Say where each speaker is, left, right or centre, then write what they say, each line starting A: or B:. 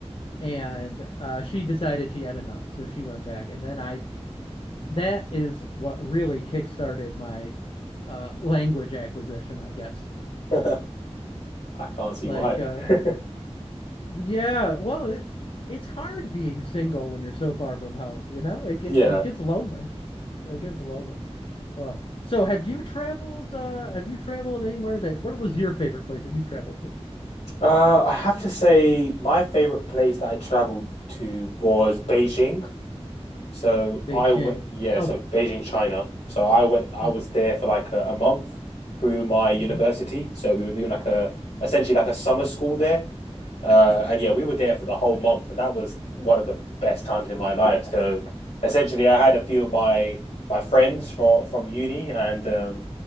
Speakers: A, on the left (about 55°); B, on the left (about 80°).
A: and uh, she decided she had enough. So she went back. And then I, that is what really kickstarted my uh, language acquisition, I guess.
B: <laughs> I can't see
A: Like,
B: why.
A: uh,
B: <laughs>
A: Yeah, well, it it's hard being single when you're so far from home, you know? It get
B: Yeah.
A: it gets lonely. It gets lonely. Uh, so have you traveled uh have you traveled anywhere that where was your favorite place that you've traveled to?
B: Uh, I have to say my favorite place that I traveled to was Beijing. So
A: Beijing.
B: I went, yeah,
A: Oh.
B: so Beijing, China. So I went, I
A: hmm
B: was there for like a, a month through my university.
A: hmm
B: So we were doing like a, essentially like a summer school there. Uh, and yeah, we were there for the whole month, and that was one of the best times in my life. So essentially, I had a few of my my friends from from uni, and um,